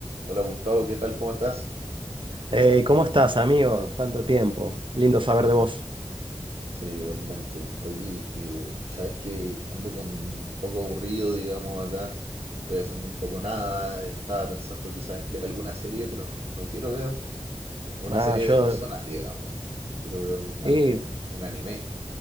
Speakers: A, on the right; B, on the right.
A: Hola Gustavo, ¿qué tal? ¿Cómo estás?
B: Hey, ¿cómo estás, amigo? Tanto tiempo. Lindo saber de vos.
A: Sí, igualmente. Oye, eh, sabes que ando con un poco aburrido, digamos, acá. Estoy haciendo un poco nada. Estaba pensando quizás en ver alguna serie, pero no, no quiero ver un- una
B: Ah,
A: serie
B: yo
A: de personas, digamos. Quiero ver un,
B: y
A: al- un- un anime.